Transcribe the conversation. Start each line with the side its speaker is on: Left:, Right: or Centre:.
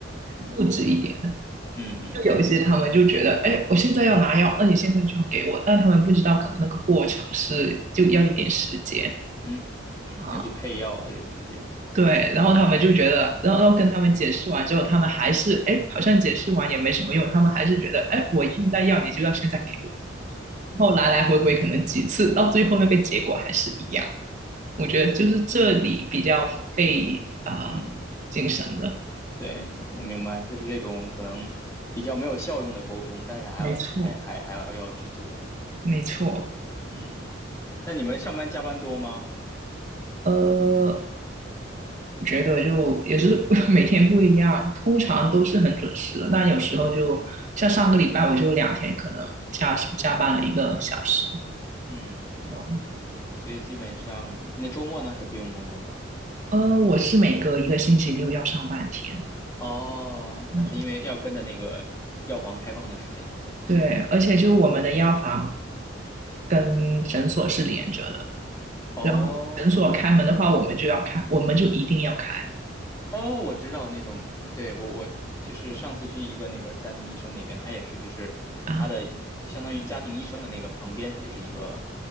Left: 嗯
Right: 固执一点的。
Left: 嗯嗯嗯嗯嗯嗯。嗯嗯嗯
Right: 就有一些他们就觉得，哎，我现在要拿药，那你现在就要给我，但他们不知道可能那个过程是就要一点时间。
Left: 嗯嗯嗯，
Right: 啊。
Left: 要去配药的这个时间，
Right: 对，然后他们就觉得，然后然后跟他们解释完之后，他们还是，哎，好像解释完也没什么用，他们还是觉得，哎，我现在要，你就要现在给我。然后来来回回可能几次，到最后那个结果还是一样。我觉得就是这里比较费啊、
Left: 嗯嗯，
Right: 呃精神的，
Left: 对，我明白，就是这种可能比较没有效用的沟通，但是还要还还还要要去做，
Right: 没错，没错。
Left: 嗯，那你们上班加班多吗？
Right: 呃，我觉得就也是 <laughs> 每天不一样，通常都是很准时的，但有时候就像上个礼拜，我就两天可能加加班了一个小时。
Left: 嗯，
Right: 哦
Left: 所以基本上那周末呢也不用工作吧？
Right: 呃，我是每隔一个星期六要上半天。
Left: 哦，
Right: 嗯，
Left: 他是因为要跟着那个药房开放的时间去走。
Right: 对，而且就是我们的药房跟诊所是连着的，
Left: 哦，
Right: 然后诊所开门的话，我们就要开，我们就一定要开
Left: 哦，我知道那种，对，我我就是上次去一个那个家庭医生那边，他也是，就是他的相当于家庭医生的那个旁边就是一个
Right: 啊。